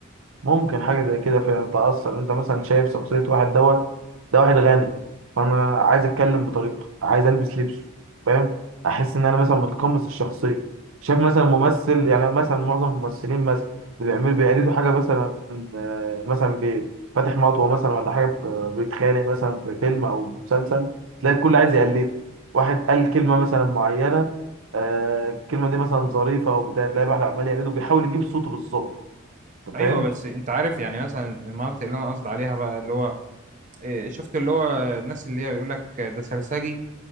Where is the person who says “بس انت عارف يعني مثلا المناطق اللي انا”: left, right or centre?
Right